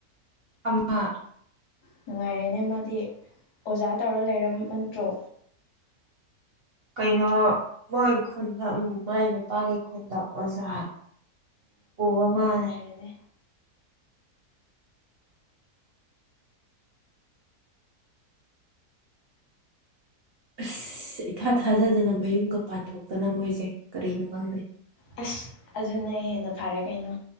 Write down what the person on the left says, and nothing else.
ꯅꯨꯡꯉꯥꯏꯔꯦꯅꯦ ꯃꯥꯗꯤ ꯑꯣꯖꯥ ꯇꯧꯔ ꯂꯩꯔꯃꯟꯗ꯭ꯔꯣ꯫
ꯌꯥꯝ
ꯅꯨꯡꯉꯥꯏꯔꯦꯅꯦ
ꯑꯁ ꯑꯗꯨꯅ ꯍꯦꯟꯅ ꯐꯔꯦ ꯀꯩꯅꯣ꯫